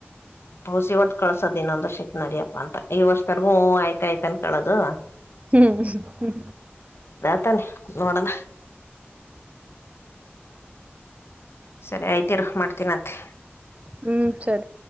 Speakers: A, on the left; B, on the right.
A: ಹಸ ಹೊ್ದ ಕಳ್ಸದ್ ಇನ್ನೊಂದ ವರ್ಷಕ್ಕೆ ನಡಿಯಪ್ಪ ಅಂತ ಈ ವರ್ಷದರ್ಗೂ ಆಯ್ತಾಯಯ್ತ ಅನ್ ಕೇಳೋದು
B: ಹ್ಮ್ ಹ್ಮ್
A: ತ್ತ ನೋಡಣ ಸರಿ ಆಯ್ತಿರ ಮಾಡ್ತೀನಂತೆ
B: ಹ್ಮ್ ಸರಿ